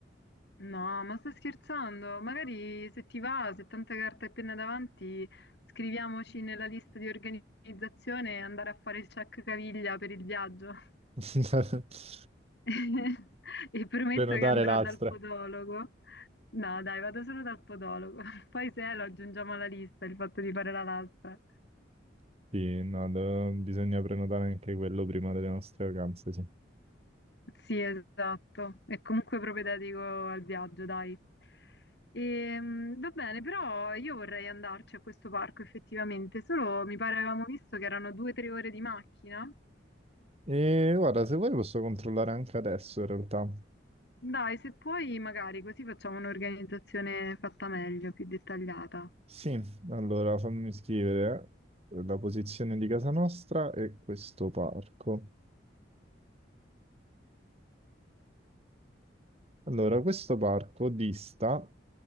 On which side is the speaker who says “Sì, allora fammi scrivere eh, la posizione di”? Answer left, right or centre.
Right